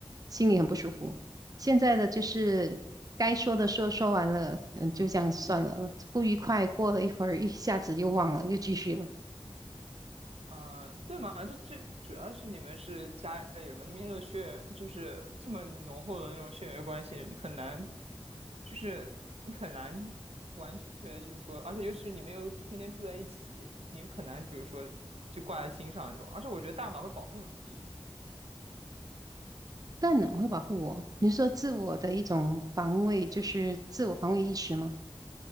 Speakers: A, on the right; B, on the right.
A: 心里很不舒服。
B: 嗯
A: 现在的就是该说的说说完了，嗯，就这样算了，不愉快过了一会儿，一下子又忘了，又继续了。
B: 啊、呃对嘛，就就主要是你们是家里人嘛，你们有血缘，就是这么浓厚的那种血缘关系，你很难就是你很难完全就是说，而且尤其是你们又天天住在一起，你很难就比如说就挂在心上那种。而且我觉得大脑会保护你，
A: 当然会保护我。你是说自我的一种防卫，就是自我防卫意识吗？